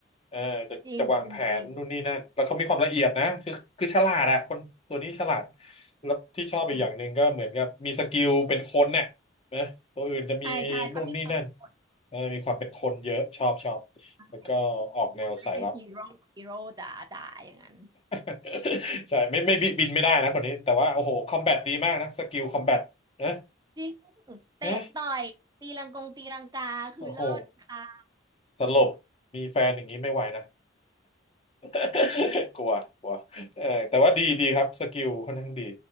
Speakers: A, on the left; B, on the right.
A: เออจะจะวางแผนนู่นนี่นั่นแล้วเขามีความละเอียดนะคือคือฉลาดอะคนตัวนี้ฉลาด
B: จริงจริงจริง
A: แล้วที่ชอบอีกอย่างหนึ่งก็เหมือนกับมีสกิลเป็นคนเนี่ย
B: จริง
A: นะตัวอื่นจะมีนู่นนี่นั่น
B: ใช่ใช่เขามีความเป็น
A: เออมีความเป็นคนเยอะชอบชอบ
B: ใช่
A: แล้วก็ออกแนวสายลับ
B: ได้เป็นฮีโร่ฮีโร่จ๋าจ๋าอย่างนั้น
A: <laughs> ใช่ไม่ไม่บิบินไม่ได้นะคนนี้แต่ว่าโอ้โหคอมแบทดีมากนะสกิลคอมแบทนะ
B: จริงเตะต่อยตีลังกงตีลังกาคือเลิศค่ะ
A: นะโอ้โหสลบมีแฟนอย่างนี้ไม่ไหวนะ <laughs> กลัวกลัวเออแต่ว่าดีดีครับสกิลค่อนข้างดี